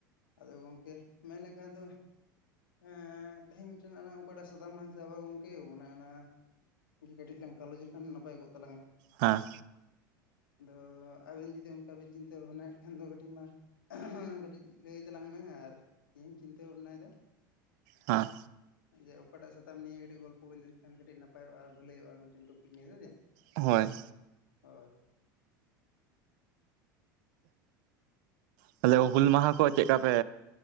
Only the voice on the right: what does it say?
ᱦᱮᱸ
ᱦᱮᱸ
ᱦᱳᱭ
ᱛᱟᱞᱦᱮ ᱦᱩᱞ ᱢᱟᱦᱟ ᱠᱚ ᱪᱮᱫᱠᱟ ᱯᱮ